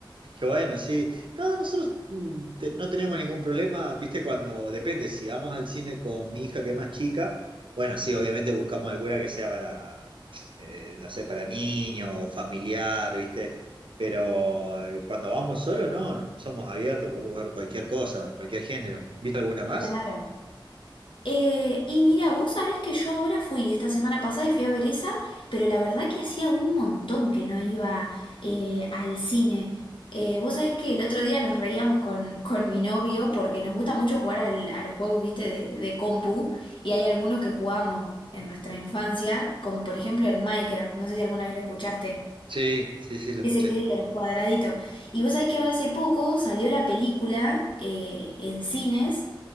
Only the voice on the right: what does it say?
Qué bueno, sí. No, nosotros mm, te- no tenemos ningún problema, viste, cuando depende, si vamos al cine con mi hija que es más chica, bueno, sí, obviamente buscamos alguna que sea para, eh, no sé, para niños o familiar, viste, pero eh, cuando vamos solos, no, somos abiertos, podemos ver cualquier cosa, cualquier género. ¿Viste alguna más?
Sí, sí, sí, lo escuché.